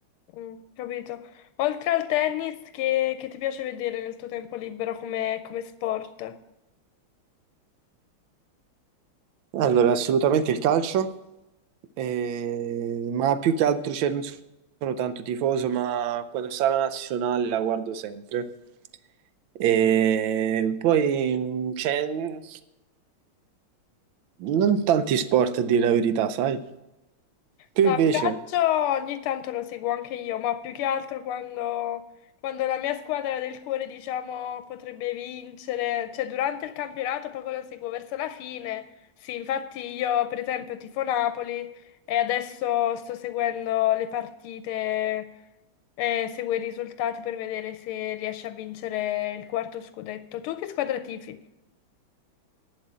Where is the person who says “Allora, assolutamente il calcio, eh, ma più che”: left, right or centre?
Right